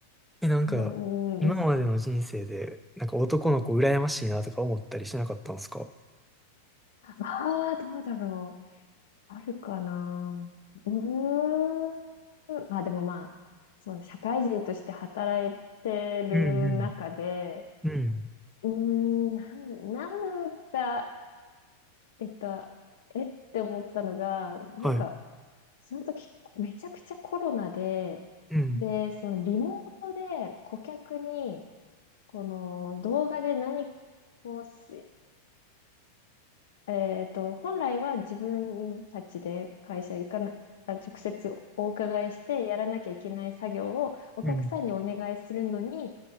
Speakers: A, in the centre; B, on the left (about 55°).
A: え、なんか、
B: うん。
A: 今までの人生で、なんか男の子羨ましいなとか思ったりしなかったんですか
B: ああ、どうだろう。あるかな。うーん。あ、でもまあ、そうね、社会人として働いてる中で、
A: うんうん。うん。
B: うーん、なんなんか、えっと、えって思ったのが、なんか、
A: はい。
B: その時、めちゃくちゃコロナで、
A: うん。
B: で、そのリモートで顧客に、この動画で何かをすえっと、本来は自分たちで会社行かな、あ直接お伺いしてやらなきゃいけない作業をお客さんにお願いするのに、
A: うん。